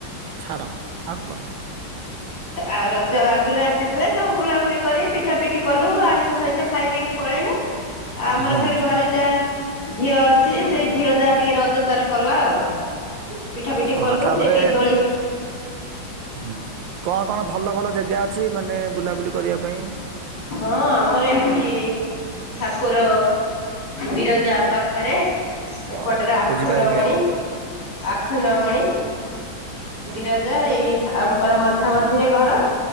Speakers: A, on the right; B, on the left.
A: ଛାଡ ଆଉ କୁହ
B: ଆ ର ଜ ଆଗରୁ ଆସିଥିଲେ। ସବୁ ବୁଲାବୁଲି କରି ପିଠା ପିଠି କଲୁ ଆଇଁଷ ଫାଇଁଷ ଖାଇ ଦେଇକି ପଳେଇଲେ। ଆମର
A: ହୁଁ।
B: ଖାଲି ଘରେ ଯା ଝିଅ ସିଏ ସେଇ ଝିଅ ଯାହା ଟିକେ ରଜ ତାର କଲା ଆଉ। ପିଠା ପିଠି କଲୁ
A: ଓହୋ ତାପରେ
B: ସେ ଟିକେ ଦୋଳି
A: ହୁଁ କଣ କଣ ଭଲ ଭଲ ଜେଗା ଅଛି ମାନେ ବୁଲାବୁଲି କରିବା ପାଇଁ।
B: ହଁ ଆମର ଏଇଠି ଠାକୁର ବିରଜା ପାଖରେ ଏପଟରେ
A: ଓହୋ
B: ଆଖଣ୍ଡଳମଣି
A: ବୁଝିପାଇଲି ଆଉ
B: ଆଖଣ୍ଡଳମଣି।
A: ଓହୋ
B: ବିରଜା। ଏଇ ଆମର ମଝାମଝିରେ
A: ହୁଁ
B: ଘର।